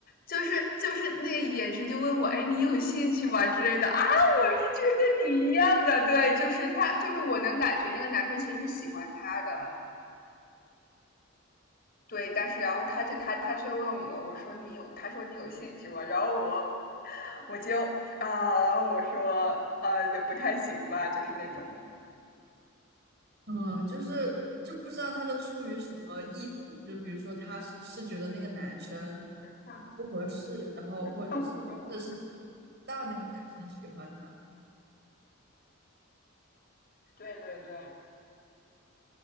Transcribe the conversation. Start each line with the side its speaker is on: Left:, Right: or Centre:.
Left: 就是就是那个眼神就问我，哎，你有兴趣吗之类的啊？我就是跟你一样的，对，就是他，就是我能感觉那个男生其实是喜欢他的，对，但是然后他就他他却问我，我说你有，他说你有兴趣吗？然后我我就啊、呃我说呃不太行吧，就是那种
Right: 嗯嗯，就是就不知道他是出于什么意图，就比如说他是是觉得那个男生
Left: 啊
Right: 不合适，然后或者是或者是
Left: <laughs>，不如我。
Right: 到那个男生喜欢他，
Left: 对对对，